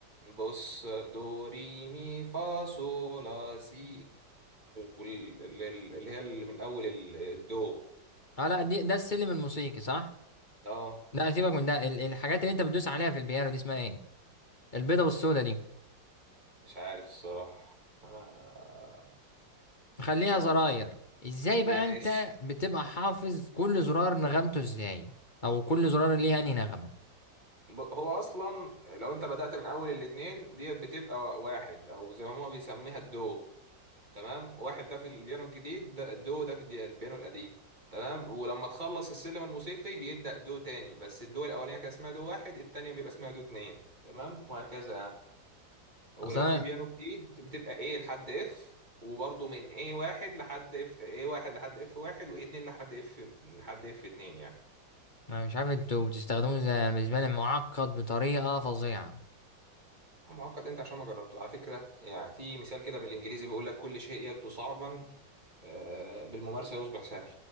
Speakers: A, on the right; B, on the left.
A: بص دو ري مي فا صو لا سي وال- ال- ال- اللي هي اللي من أول ال- الدو
B: اه لا دي ده السلم الموسيقي صح
A: اه
B: لا سيبك من ده ال- الحاجات اللي انت بتدوس عليها في البيانو دي اسمها ايه البيضه والسودا دي
A: مش عارف الصراحة انا
B: خليها
A: انا
B: زراير ازاي بقى
A: ماشي
B: انت بتبقى حافظ كل زرار نغمته ازاي او كل زرار ليه انهي نغمه
A: ب- هو اصلا لو انت بدأت من اول الاتنين ديت بتبقى واحد او زي ما هما بيسميها الدو تمام واحد ده في البيانو الجديد ده الدو ده في الدي- البيانو القديم تمام ولما تخلص السلم الموسيقي بيبدأ دو تاني بس الدو الاولانية كان اسمها دو واحد التانية بيبقى اسمها دو اتنين تمام وهكذا يعني ولو
B: اصل انا
A: في بيانو جديد بتبقى ايه لحد اف وبرضه من ايه واحد لحد اف ايه واحد لحد اف واحد وايه اتنين لحد اف لحد اف اتنين يعني
B: انا مش عارف انتوا بتستخدموه ازاي انا بالنسبه لي معقد بطريقه فظيعه
A: معقد انت عشان ما جربته على فكرة يعني في مثال كده بالانجليزي بيقول لك كل شيء يبدو صعبا آه، بالممارسة يصبح سهل